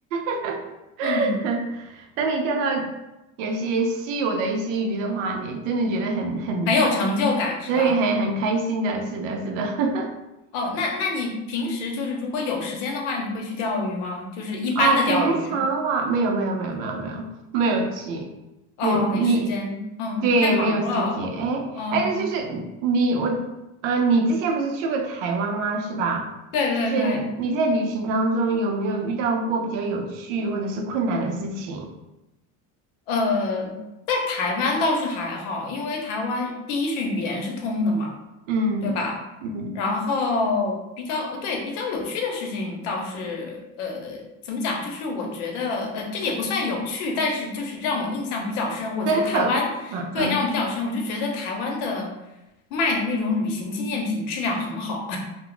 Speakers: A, on the right (about 90°); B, on the left (about 80°).
A: <laughs>
B: 嗯，
A: <laughs> 当你钓到有些稀有的一些鱼的话，你真的觉得很很，
B: 很有成就感，是吧？
A: 所以很很开心的。是的，是的。<laughs>
B: 哦，那那你平时就是如果有时间的话，你会去钓鱼吗？就是一般的钓鱼。
A: 啊，平常话没有没有没有没有没有没有去，
B: 哦，
A: 没有你
B: 没时间，嗯，
A: 对没有时间。
B: 太忙了，
A: 哎哎，
B: 嗯，
A: 就是你我呃，你之前不是去过台湾吗？是吧？
B: 对对对，
A: 就是你在旅行当中有没有遇到过比较有趣或者是困难的事情？
B: 呃，在台湾倒是还好，因为台湾第一是语言是通的嘛，
A: 嗯嗯，
B: 对吧？然后比较，对，比较有趣的事情倒是，呃，怎么讲？就是我觉得，呃，这个也不算有趣，但是就是让我印象比较深。我觉得台湾，
A: 深刻是吧？
B: 对，
A: 嗯，
B: 让我比较深，我就觉得台湾的卖的那种旅行纪念品质量很好。